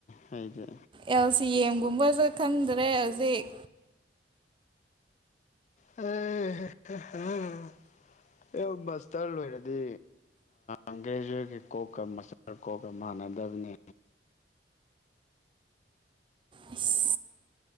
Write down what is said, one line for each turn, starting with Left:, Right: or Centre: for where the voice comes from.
Left: ꯍꯥꯏꯗꯤ
Right: ꯑꯦꯜ ꯁꯤ ꯑꯦꯝꯒꯨꯝꯕꯁꯨ ꯈꯟꯗ꯭ꯔꯦ ꯍꯧꯖꯤꯛ
Left: <unintelligible> ꯑꯦ ꯃꯁꯇꯔ ꯂꯣꯏꯔꯗꯤ ꯑꯪꯒ꯭ꯔꯦꯖꯨꯋꯠꯀꯤ ꯀꯣꯛꯀ ꯃꯁꯇꯔ ꯀꯣꯛꯀ ꯃꯥꯟ ꯗꯕꯅꯦ
Right: ꯑꯁ